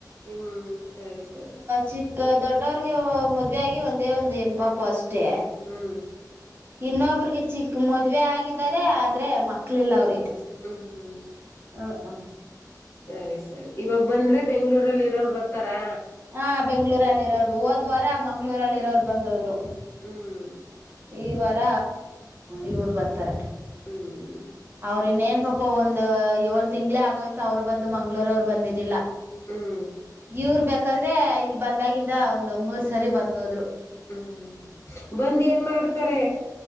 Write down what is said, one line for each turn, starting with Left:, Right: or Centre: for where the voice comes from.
Left: ಹ್ಮ್ ಸರಿ ಸರಿ.
Right: ಚಿಕ್ಕ ದೊಡ್ಡವ್ರಿಗೆ ಮದುವೆ ಆಗಿ ಒಂದೇ ಒಂದು ಹೆಣ್ಣು ಪಾಪು ಅಷ್ಟ ಟೆ.
Left: ಹ್ಮ್
Right: ಇನ್ನೊಬ್ರಿಗೆ ಚಿಕ್ ಮದ್ವೆ ಆಗಿದಿದ್ದಾರೆ ಆದ್ರೆ ಮಕ್ಳಿಲ್ಲ ಅವ್ರಿಗೆ.
Left: ಹ್ಮ್
Right: ಹಾ ಹಾ
Left: ಸರಿ ಸರಿ ಇವಾಗ ಬಂದ್ರೆ ಬೆಂಗಳೂರಲ್ಲಿ ಇರೋರು ಬರ್ತಾರಾ.
Right: ಹ ಬೆಂಗ್ಳೂರಲ್ಲಿ ಇರೋರು ಹೊದ್ ವಾರ ಮಂಗ್ಗಳೂರಲ್ಲಿ ಇರೋರು ಬಂದ ಹೋದ್ರು.
Left: ಹ್ಮ್
Right: ಈ ವಾರ ಇವರು ಬರ್ತಾರೆ.
Left: ಹ್ಮ್ ಹ್ಮ್
Right: ಅವ್ರ ಇನ್ನೇನ್ ಪಾಪ ಒಂದ್ ಏಳ್ ತಿಂಗ್ಳೇ ಆಗೋಯ್ತು ಅವ್ರು ಬಂದು ಮಂಗ್ಗಳೂರ್ ಅವ್ರು ಬಂದಿರಲಿಲ್ಲ.
Left: ಹ್ಮ್
Right: ಇವ್ರ ಬೆಕ್ ಕದ್ರೆ ಇಲ್ ಬಂದಾಗಿಂದ ಒಂದ್ ಮೂರ್ ಸರಿ ಬಂದ್ ಹೋದ್ರು.
Left: ಹ್ಮ್ ಹ್ಮ್ ಬಂದ್ ಏನ್ ಮಾಡ್ ತರೆ.